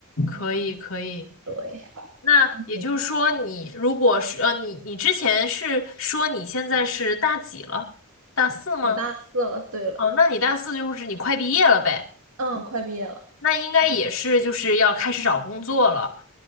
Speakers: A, on the left (about 65°); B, on the right (about 80°).
A: 可以可以。
B: 对，
A: 那也就是说，
B: 嗯，
A: 你如果是呃，你你之前是说你现在是大几了？大四吗？
B: 我大四了。对了，
A: 哦，那你大四就是你快毕业了呗。
B: 嗯，快毕业了。
A: 那应该也是就是要开始找工作了。